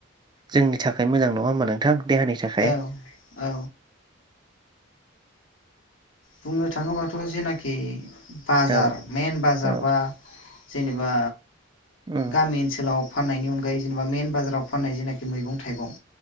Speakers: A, on the right (about 20°); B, on the left (about 80°).
A: जोंनि थाखाय मोजां नङा होमब्ला नोंथां देहानि थाखाय
B: औ औ बुंनो थाङोबाथ' जेनाखि बाजार
A: औ
B: मेन बाजार
A: औ
B: बा जेनेबा
A: उम
B: गामि ओनसोलाव फाननायनि अनगायै जेनेबा मेन बाजाराव फाननाय जेनाखि मैगं थाइगं